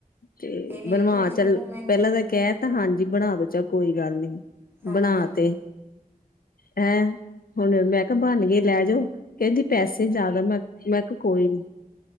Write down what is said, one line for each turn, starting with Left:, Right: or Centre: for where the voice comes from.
Left: ਤੇ
Right: ਇਹ ਨੇਲ
Left: ਬਣਵਾ
Right: ਪੇਂਟਸ ਵੀ
Left: ਚੱਲ
Right: ਬਹੁਤ ਮਹਿੰਗੀਆਂ
Left: ਪਹਿਲਾਂ
Right: ਨੇ
Left: ਤਾਂ ਕਹਿਤਾ ਹਾਂਜੀ। ਜੀ ਬਣਾ ਦੋ 'ਚ ਕੋਈ ਗੱਲ ਨੀ
Right: ਹਾਂਜੀ
Left: ਬਣਾ
Right: ਹਾਂਜੀ
Left: ਤੇ ਹੈਂ। ਹੁਣ ਮੈਂ ਕਿਹਾ ਬਣ ਗਏ ਲੈ ਜਾਓ ਕਹਿੰਦੀ ਪੈਸੇ ਜ਼ਿਆਦਾ ਮੈਂ ਮੈਂ ਕਿਹਾ ਕੋਈ ਨੀ।